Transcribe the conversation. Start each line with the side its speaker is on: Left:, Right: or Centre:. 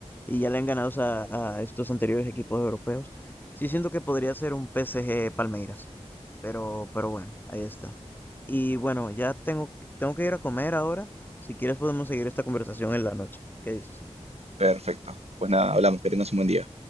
Left: y ya le han ganado a, a estos anteriores equipos europeos, sí siento que podría ser un PSG Palmeiras, pero, pero bueno, ahí está. Y bueno, ya tengo, tengo que ir a comer ahora. Si quieres podemos seguir esta conversación en la noche. ¿Qué dices?
Right: Perfecto. Pues nada, hablamos, que tengas un buen día.